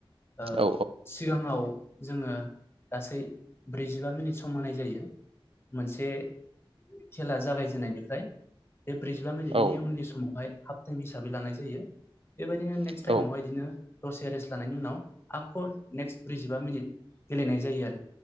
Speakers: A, on the left (about 25°); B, on the right (about 80°).
A: ओ
B: औ
A: सिगाङाव जोङो गासै ब्रैजिबा मिनिट सम होनाय जायो। मोनसे खेला जागायजेननायनिफ्राय बे ब्रैजिबा मिनिटनि
B: औ
A: उननि समाव हाय हाफ टाइम हिसाबै लानाय जायो। बेबायदिनो नेक्स्ट
B: औ
A: टाइमावहाय इदिनो दसे रेस्ट लानायनि उनाव आख' नेक्स्ट ब्रैजिबा मिनिट गेलेनाय जायो आरो